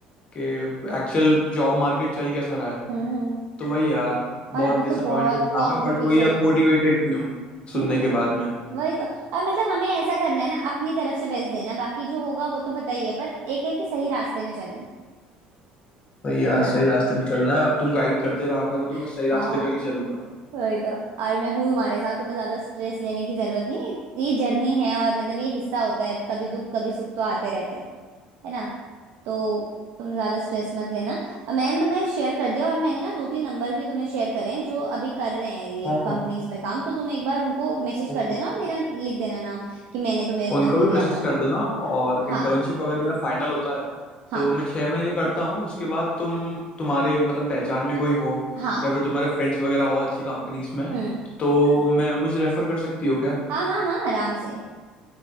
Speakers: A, on the left (about 35°); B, on the right (about 70°).
A: कि एक्चुअल जॉब मार्केट चल कैसा रहा है
B: हम्म।
A: तो वही यार बहुत
B: और अभी
A: डिसअपॉइंटेड
B: तो बहुत
A: था
B: कंपटीशन
A: मैं बट वही अब
B: है
A: मोटिवेटेड भी हूँ सुनने
B: हम्म
A: के बाद में
B: वही तो अब मतलब हमें ऐसा करना है ना अपनी तरफ से बेस्ट देना है बाकी जो होगा वो तो पता ही है पर एक है कि सही रास्ते में चलना है
A: भाई यार
B: है ना
A: सही रास्ते पे चलना है अब तुम गाइड करते रहा करो तो मैं
B: <laughs>
A: सही रास्ते
B: हाँ
A: पे ही चलूंगा
B: वही तो और मैं हूँ तुम्हारे साथ तुम्हें ज्यादा स्ट्रेस लेने की जरूरत नहीं है। ये जर्नी है और मतलब ये हिस्सा होता है कभी दुख कभी सुख तो आते रहते हैं है ना तो तुम ज्यादा स्ट्रेस मत लेना और मैंने तुम्हें शेयर कर दिया और मैंने ना दो तीन नंबर भी तुम्हें शेयर करे हैं जो अभी कर रहे हैं ये
A: हाँ हाँ
B: कंपनीज में काम तो तुम एक बार उनको मैसेज कर
A: ओके
B: देना और मेरा लिख देना नाम कि मैंने तुम्हें
A: उनको
B: नंबर
A: भी
B: दिया
A: मैसेज
B: था
A: कर देना और
B: हाँ
A: इंटर्नशिप अगर मेरा फाइनल होता है
B: हाँ
A: तो मैं छह महीने करता हूँ उसके बाद तुम तुम्हारे मतलब पहचान में कोई हो
B: हाँ
A: या फिर तुम्हारे फ्रेंड्स वगैरह हो अच्छी कंपनीज में
B: हम्म
A: तो मैं मुझे रेफर कर सकती हो क्या
B: हाँ हाँ हाँ आराम से